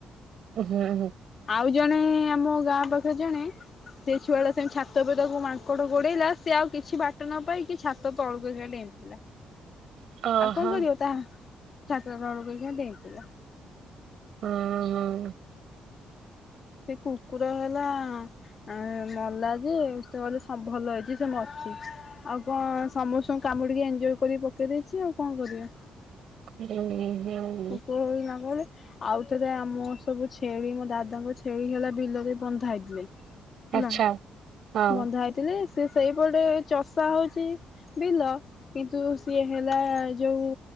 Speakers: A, on the right; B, on the left.
A: ଉଁ ହୁଁ ହୁଁ।
B: ଆଉ ଜଣେ ଆମ ଗାଁ ପାଖରେ ଜଣେ। ସେ ଛୁଆ ଟା ସେମତି ଛାତ ଉପରେ ତାକୁ ମାଙ୍କଡ ଗୋଡେଇଲା। ସେ ଆଉ କିଛି ବାଟ ନ ପାଇକି ଛାତ ତଳକୁ ଏକାବେଳେ ଡେଇଁ ପିଇଲା
A: ଓହୋ
B: ଆଉ କଣ କରିବ ତା ଛାତ ତଳକୁ ଏକାଳେ ଡେଇଁ ପଡିଲା।
A: ହୁଁ ହୁଁ।
B: ସେଇ କୁକୁର ହେଲା। ଆ ମଲା ଯେ ସେ କହିଲେ ସବ୍ ଭଲ ହେଇଛି ସେ ମରିଛି। ଆଉ କଣ ସମସ୍ତଙ୍କୁ କାମୁଡିକି ଏନଜଡ କରିକି ପକେଇ ଦେଇଛି ଆଉ କଣ କରିବ।
A: ହୁଁ ହୁଁ।
B: କୁକୁର ବୋଲି ନ କହିଲେ। ଆଉଥରେ ଆମ ର ସବୁ ଛେଳି ମୋ ଦାଦାଙ୍କ ଛେଳି ହେଲା ବିଲରେ ବନ୍ଧା ହେଇଥିଲେ। ହେଲା
A: ଆଚ୍ଛା ହଁ।
B: ବନ୍ଧା ହେଇଥିଲେ ସେ ସେଇ ପଟେ ଚଷା ହଉଛି। ବିଲ କିନ୍ତୁ ସିଏ ହେଲା ଏ ଯୋଉ